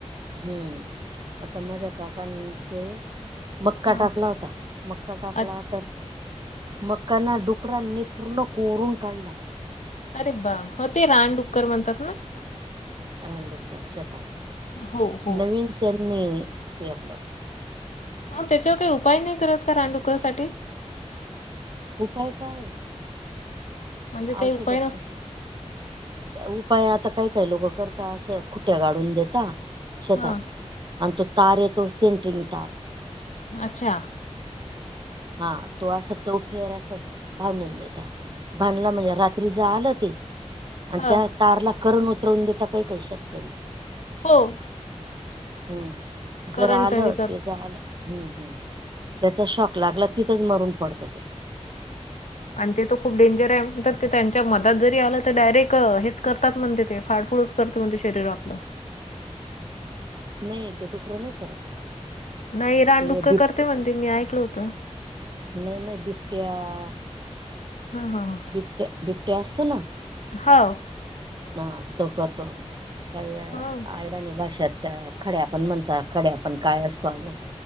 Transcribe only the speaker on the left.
हां.
अच्छा.
अरे बा! हो ते रानडुक्कर म्हणतात ना.
हो, हो.
मग त्याच्यावर काय उपाय? नाही करत का रानडुकरासाठी?
म्हणजे काही
उपाय नस
हां.
अच्छा.
हां.
हो.
करंट
हे कर
आणि ते त खूप डेंजर आहे म्हणतात की, त्यांच्या मधात जरी आलं तर, डायरेक हेच करतात म्हणते ते फाडफूळूच. करत म्हण ते शरीर आपलं.
नाही रानडुक्कंर
करतय म्हणते, मी ऐकलं होतं.
हा. हा. हा.
हाव.
हो.